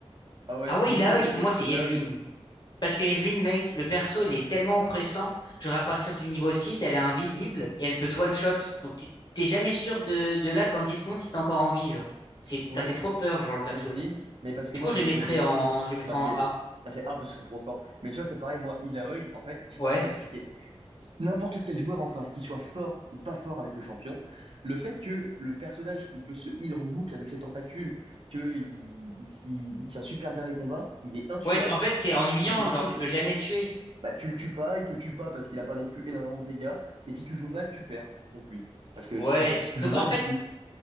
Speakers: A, on the right; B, on the left.
A: Ah ouais,
B: Ah oui,
A: oui,
B: là,
A: Waveling.
B: oui, moi, c'est
A: Il
B: Evelyn.
A: a eu.
B: Parce que Evelyn, mec, le perso, il est tellement oppressant. Genre, à partir du niveau 6, elle est invisible et elle peut te one-shot. Donc, t'es t'es jamais sûr de, de là, dans 10 secondes, si t'es encore en vie, genre. C'est,
A: Ouais.
B: ça fait trop peur, genre, le perso.
A: Evelyn, mais parce que
B: Du
A: moi,
B: coup,
A: vu
B: je le
A: que
B: mettrais
A: je jouais beaucoup,
B: en, je le mettrais
A: bah c'est
B: en A.
A: bah, c'est A parce que c'est trop fort. Mais tu vois, c'est pareil, moi, Ilaoi, en fait, je sais
B: Ouais.
A: pas comment expliquer. N'importe quel joueur en face, qu'il soit fort ou pas fort avec le champion, le fait que le personnage, il peut se heal en boucle avec ses tentacules, que il, il, il- il tient super bien les combats, il est intuable,
B: Ouais, tu- en fait, c'est ennuyant,
A: c'est ridicule.
B: genre, tu peux jamais le tuer.
A: Bah, tu le tues pas, il te tue pas parce qu'il a pas non plus énormément de dégâts, et si tu joues mal, tu perds contre lui. Parce que
B: Ouais.
A: si tu, si tu
B: Donc,
A: joues mal,
B: en fait,
A: il te tue.